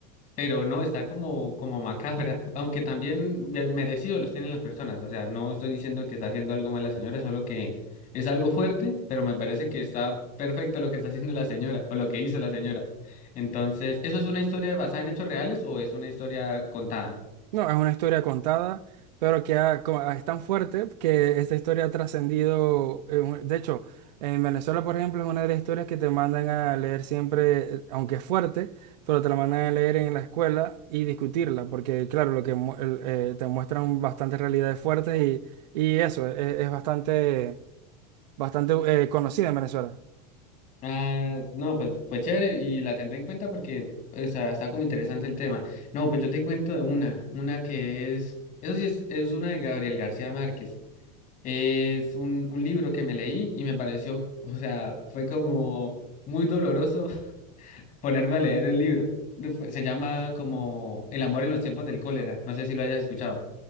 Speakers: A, on the left; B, on the right.
A: pero no, está como, como macabra, aunque también bien merecido los tienen las personas, o sea, no estoy diciendo que está haciendo algo mal la señora, solo que es algo fuerte, pero me parece que está perfecto lo que está haciendo la señora o lo que hizo la señora. Entonces, ¿eso es una historia basada en hechos reales o es una historia contada?
B: No, es una historia contada, pero que ha- co- es tan fuerte que esta historia ha trascendido. eh, un- De hecho, en Venezuela, por ejemplo, es una de las historias que te mandan a leer siempre, eh, aunque es fuerte, pero te la mandan a leer en la escuela y discutirla, porque claro, lo que mu- el- eh, te muestran bastantes realidades fuertes y, y eso es, es bastante, bastante eh, conocida en Venezuela.
A: Ah, no, pues fue chévere y la tendré en cuenta porque o sea, está como interesante el tema. No, pues yo te cuento de una, una que es, eso sí es, es una de Gabriel García Márquez. Es un, un libro que me leí y me pareció, o sea, fue como muy doloroso <laughs> ponerme a leer el libro. No fue- Se llama como El amor en los tiempos del cólera, no sé si lo hayas escuchado,